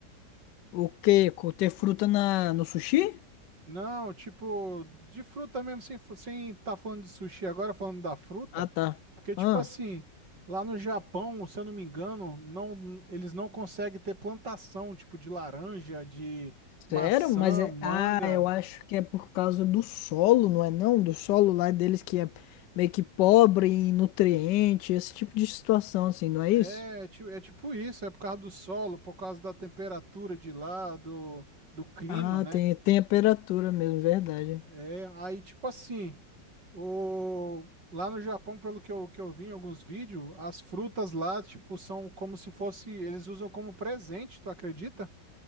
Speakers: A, on the left (about 80°); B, on the right (about 80°).
A: O quê? Co- Ter fruta na, no sushi?
B: Não, tipo, de fruta mesmo, sem, fu- sem tá falando de sushi agora, falando da fruta,
A: Ah, tá.
B: porque, tipo
A: Ah.
B: assim, lá no Japão, se eu não me engano, não, eles não conseguem ter plantação, tipo, de laranja, de maçã,
A: Sério? Mas é.
B: manga.
A: Ah, eu acho que é por causa do solo, não é não? Do solo lá deles que é meio que pobre em nutriente, esse tipo de situação, assim, não é
B: É,
A: isso?
B: ti- é tipo isso, é por causa do solo, por causa da temperatura de lá, do, do clima,
A: Ah,
B: né?
A: tem, tem a temperatura mesmo, verdade.
B: É, aí, tipo assim, o... lá no Japão, pelo que eu, que eu vi em alguns vídeos, as frutas lá, tipo, são como se fosse, eles usam como presente, tu acredita?